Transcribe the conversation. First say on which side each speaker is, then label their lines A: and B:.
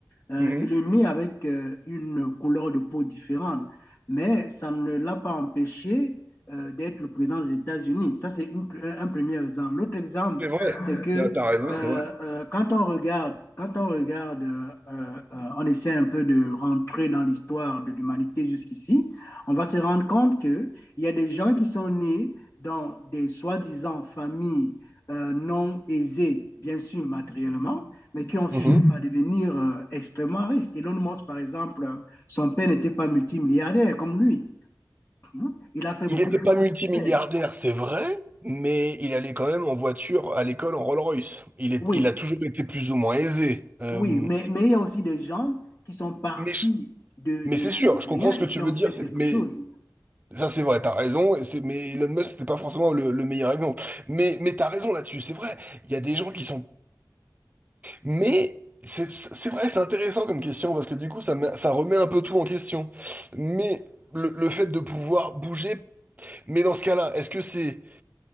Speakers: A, on the left; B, on the right.
A: euh,
B: Mhm.
A: il est né avec euh, une couleur de peau différente, mais ça ne l'a pas empêché euh, d'être le président des États-Unis. Ça, c'est une- pr- un premier exemple. L'autre exemple,
B: C'est vrai,
A: c'est que euh,
B: t'as t'as raison,
A: euh,
B: c'est vrai.
A: quand on regarde, quand on regarde, euh, euh, euh, on essaie un peu de rentrer dans l'histoire de l'humanité jusqu'ici, on va se rendre compte que il y a des gens qui sont nés dans des soi-disant familles euh, non aisées, bien sûr matériellement, mais qui ont fini
B: Mhm.
A: par devenir euh, extrêmement riches. Elon Musk, par exemple, son père n'était pas multimilliardaire comme lui. Mhm. Il a fait
B: Il
A: beaucoup
B: n'était
A: plus
B: pas
A: que
B: multimilliardaire,
A: son père.
B: c'est vrai, mais il allait quand même en voiture à l'école en Rolls-Royce. Il est,
A: Oui,
B: il a toujours été plus ou moins aisé. Euh,
A: oui, mais, mais il y a aussi des gens qui sont partis
B: mais je-
A: de,
B: Mais
A: de,
B: c'est sûr,
A: de
B: je comprends
A: rien et
B: ce que
A: qui
B: tu veux
A: ont fait
B: dire, c'est-
A: quelque
B: mais
A: chose.
B: ça c'est vrai, t'as raison, et c'est- mais Elon Musk c'était pas forcément le, le meilleur exemple. Mais, mais t'as raison là-dessus, c'est vrai, il y a des gens qui sont... Mais c'est c'est vrai, c'est intéressant comme question, parce que du coup ça, met- ça remet un peu tout en question. Mais le, le fait de pouvoir bouger, mais dans ce cas-là, est-ce que c'est